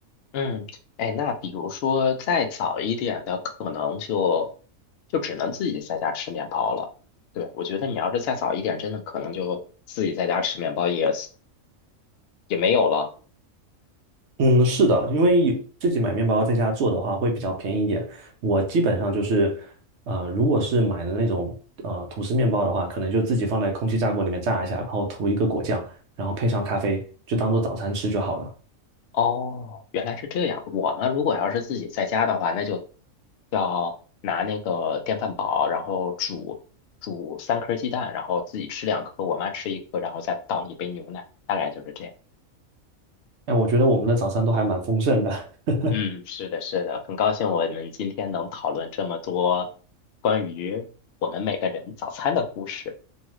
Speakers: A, on the left (about 60°); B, on the right (about 60°).
A: 嗯，哎，那比如说再早一点的，可能就就只能自己在家吃面包了。对，我觉得你要是再早一点，真的可能就自己在家吃面包也是也没有了。
B: 嗯，是的，因为有自己买面包在家做的话会比较便宜一点。我基本上就是，呃，如果是买的那种呃吐司面包的话，可能就自己放在空气炸锅里面炸一下，然后涂一个果酱，然后配上咖啡，就当做早餐吃就好了。
A: 哦，原来是这样。我们如果要是自己在家的话，那就要拿那个电饭煲，然后煮煮三颗鸡蛋，然后自己吃两颗，我妈吃一颗，然后再倒一杯牛奶，大概就是这样。
B: 哎，我觉得我们的早餐都还蛮丰盛的。<laughs>
A: 嗯，是的，是的，很高兴我们今天能讨论这么多关于我们每个人早餐的故事。